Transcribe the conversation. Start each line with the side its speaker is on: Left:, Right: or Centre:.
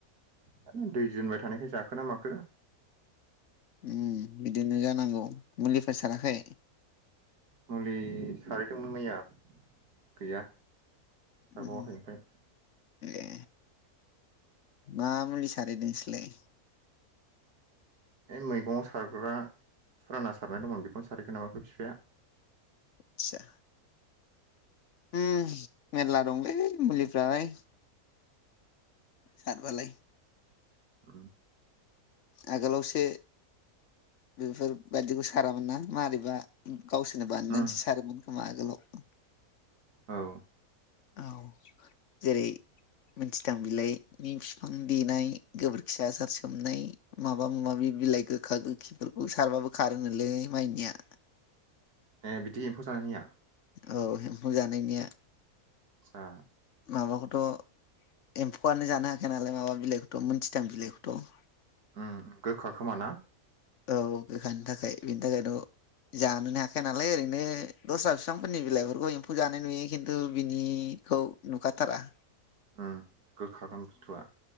Right: जानो दै दोनबाय थानायखाय जाखो ना माखो।
Left: उम बिदिनो जानांगौ मुलिफोर साराखै?
Right: मुलि सारैदोंमोन मैया गैया। सारबावाखै
Left: उम
Right: ओमफाय?
Left: ए मा मुलि सारैदों नोंसोरलाय?
Right: ऐ मैगङाव सारग्रा फुराना सारनाय दंमोन बेखौनो सारैदों नामाथाय बिफाया।
Left: तसा। उम मेरला दंलै मुलिफ्रालाय। सारबालाय।
Right: उम
Left: आगोलावसो बेफोर बायदिखौ सारामोन ना मारैबा गावसोरनो बानायनानैसो
Right: उम
Left: सारोमोन खोमा आगोलाव। <inaudible>
Right: औ
Left: औ जेरै मोनथिथां बिलाइनि फिफां देनाय गोबोरखि आसार सोमनाय माबा माबि बिलाइ गोखा गोखिफोरखौ सारबाबो खारोनोलै माइनिया।
Right: ए बिदि एम्फौ जानायनिया?
Left: औ एम्फौ जानायनिया।
Right: सा
Left: माबाखथ' एम्फौआनो जानो हाखाया नालाय माबा बिलाइखौथ मोनथिथां बिलाइखौथ'।
Right: उम गोखा खोमा ना?
Left: औे गोखानि थाखाय बिनि थाखायथ' जानोनो हाखाया नालाय ओरैनो दस्रा फिफांफोरनि बिलाइफोरखौ एम्फौ जानाय नुयो खिन्थु बिनि खौ नुखा थारा।
Right: ओ गोखागोन बुस्थुआ।